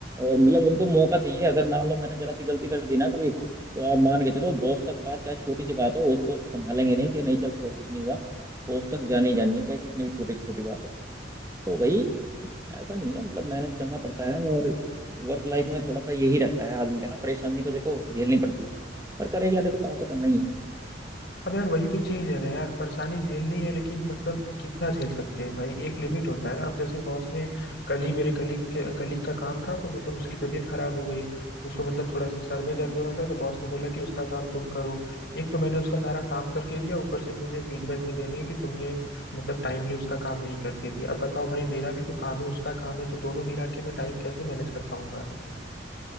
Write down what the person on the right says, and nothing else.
और मतलब उनको मौका चाहिए अगर मान लो मैंने जरा सी गलती कर दी ना कभी तो आप मान के चलो बॉस तक बात चाहे छोटी सी बात हो उसको संभालेंगे नहीं कि नहीं चल छोड़ कुछ नहीं हुआ बॉस तक जानी ही जानी है चाहे कितनी भी छोटी से छोटी बात हो तो भाई ऐसा नहीं है मतलब मैनेज करना पड़ता है और वर्क लाइफ में थोड़ा सा यही रहता है आदमी का ना परेशानी तो देखो झेलनी पड़ती है पर करें क्या देखो काम तो करना ही
है